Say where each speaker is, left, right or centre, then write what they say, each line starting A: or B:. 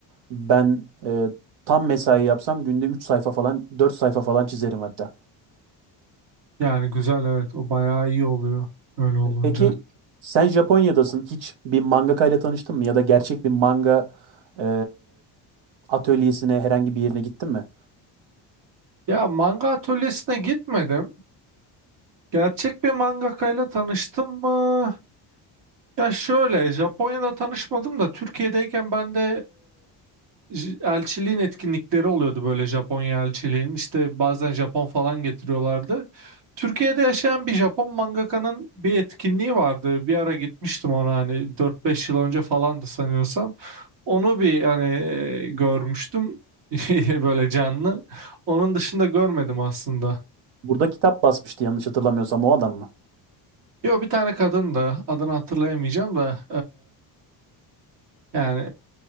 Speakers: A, on the right (about 85°); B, on the right (about 70°).
A: Ben e, tam mesai yapsam günde 3 sayfa falan 4 sayfa falan çizerim hatta.
B: Yani güzel evet o bayağı iyi oluyor öyle olunca.
A: Peki sen Japonya'dasın. Hiç bir mangaka ile tanıştın mı? Ya da gerçek bir manga e, atölyesine herhangi bir yerine gittin mi?
B: Ya manga atölyesine gitmedim. Gerçek bir mangakayla tanıştım mı? Ya şöyle Japonya'da tanışmadım da Türkiye'deyken ben de e, J- elçiliğin etkinlikleri oluyordu böyle Japonya elçiliğinin. İşte bazen Japon falan getiriyorlardı. Türkiye'de yaşayan bir Japon mangakanın bir etkinliği vardı. Bir ara gitmiştim ona hani dört beş yıl önce falandı sanıyorsam. Onu bir hani e, görmüştüm <laughs> böyle canlı. Onun dışında görmedim aslında.
A: Burada kitap basmıştı yanlış hatırlamıyorsam o adam mı?
B: Yo bir tane kadın da adını hatırlayamayacağım da e, yani